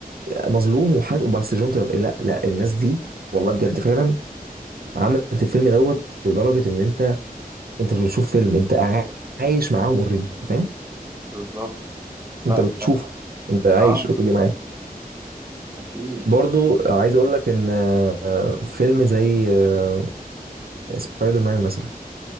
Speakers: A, on the right; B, on the right.
A: مظلوم وحد وبس جون تر... لا لا الناس دي والله بجد فعلا عملت الفيلم دوت لدرجه ان انت انت مش بتشوف فيلم انت قاع- عايش معاهم اوريدي انت فاهم
B: بالظبط لا
A: انت بتشوفه
B: كان
A: انت عايش
B: اه
A: اوريدي معاه
B: اكيد
A: برضو عايز اقول لك ان آه، آه، فيلم زي آه، سبايدر مان مثلا